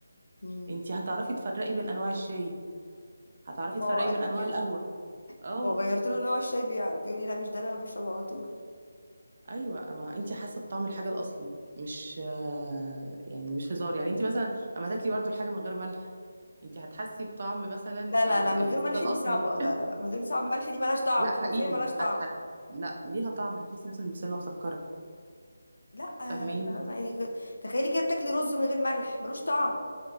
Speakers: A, on the left; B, on the right.
A: امم
B: انت هتعرفي تفرقي بين انواع الشاي هتعرفي تفرقي
A: هو قال
B: بين
A: لي
B: انواع
A: كده
B: القهوه اه
A: لو غيرت له نوع الشاي بيعرف يقول لي لا مش ده اللي انا بشربه على طول
B: ايوه ما انت حاسه بطعم الحاجه الاصلي مش آه، يعني مش هزار يعني انت مثلا اما تاكلي برضو الحاجه من غير ملح انت هتحسي بطعم مثلا
A: لا لا
B: ال-
A: لا من
B: البسله
A: غير ملح
B: الاصلي
A: دي صعبه لا لا لا من غير صعب ملح دي ملهاش طعم
B: لا
A: حرفيا
B: حقيقي
A: ملهاش طعم
B: هت هت لا ليها طعم هتحسي مثلا البسله مسكره
A: لا
B: فاهماني
A: يا رنا يعني كده- تخيلي كده بتاكلي رز من غير ملح ملوش طعم